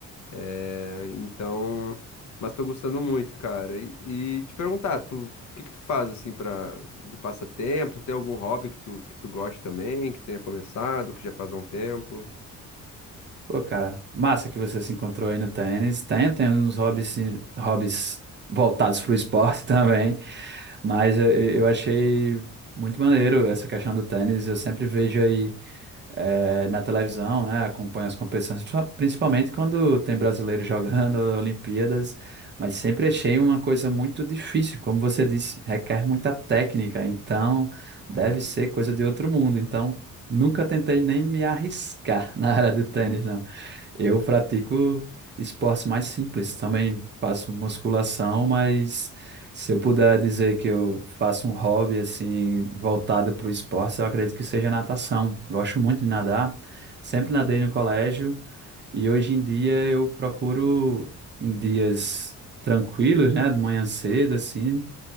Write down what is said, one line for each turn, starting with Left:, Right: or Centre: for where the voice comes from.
Left: É, então, mas tô gostando muito, cara. E, e te perguntar, tu, o que que tu faz assim para de passatempo? Tem algum hobby que tu que tu goste também, que tenha começado, que já faz há um tempo?
Right: Pô, cara, massa que você se encontrou aí no tênis. Tenho, tenho uns hobbies, sim- hobbies voltados para o esporte <laughs> também, mas eu, eu achei muito maneiro essa questão do tênis. Eu sempre vejo aí eh, na televisão, né? Acompanho as competições, principal- principalmente quando tem brasileiro jogando <laughs> Olimpíadas, mas sempre achei uma coisa muito difícil, como você disse, requer muita técnica, então deve
Left: Uhum,
Right: ser coisa de outro mundo. Então, nunca tentei nem me arriscar <laughs> na área do tênis,
Left: uhum,
Right: não. Eu pratico esportes mais simples, também faço musculação, mas se eu puder dizer que eu faço um hobby assim voltado para o esporte, eu acredito que seja natação. Gosto muito de nadar, sempre
Left: uhum.
Right: nadei no colégio e hoje em dia eu procuro em dias tranquilos, né, de manhã cedo assim,